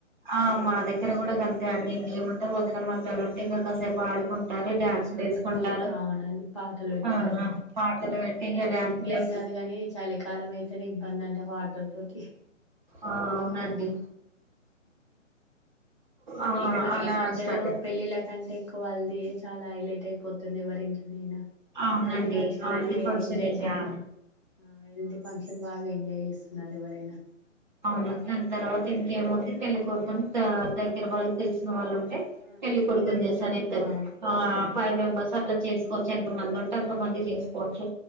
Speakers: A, on the right; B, on the left.
A: ఆ మా దగ్గర కూడా గంతే అండి ఇంగేముంటే వదన మర్దళ్లుంటే ఉంటే ఇంగ కాసేపడ్ కుంటరు డ్యాన్స్లు
B: ఆడొకటి
A: లేసుకుంటారు
B: హోలీ అవునండి పాటలు పెట్టి
A: ఆ పాటలు పెట్టి ఇగ డ్యాన్స్ లే
B: కాదుగాని చలి కాలం అయితేనే ఇబ్బంది అంట్ వాటర్ తోటి
A: ఆ అవునండి ఆ
B: ఈ
A: అలా
B: ఈ మధ్యలో
A: స్టార్ట్
B: పెళ్ళిళ్ళ కంటే ఎక్కువ హల్ది యే చాలా హైలైట్ అయిపోతుంది ఎవరి ఇంట్లోనైనా
A: అవునండి
B: హల్ది ఫంక్షన్
A: హల్ది
B: నే
A: ఫంక్షన్
B: ఎంజాయ్
A: ఇంగా
B: చేత ఆ హల్ది ఫంక్షన్ బాగా ఎంజాయ్ చేస్ న్నరేవరైన
A: అవును దాని తర్వాత ఇంకేముంది పెళ్లి కోరుకుొని ఆ దగ్గర వాళ్ళు తెలిసిన వాళ్ళు ఉ టే
B: ఆ
A: పెళ్ళలి కొడుకు
B: ఇద్దరు ముగ్గురు
A: చేారు
B: ఆ
A: ఫైవ్ మెంబస్ అట్ల చెస్ ఎంత మంది ఉంటే అంత మంది చేసుకోవచ్చు